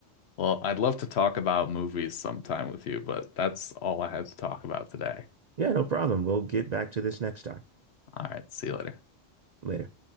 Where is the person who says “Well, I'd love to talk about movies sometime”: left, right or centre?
Left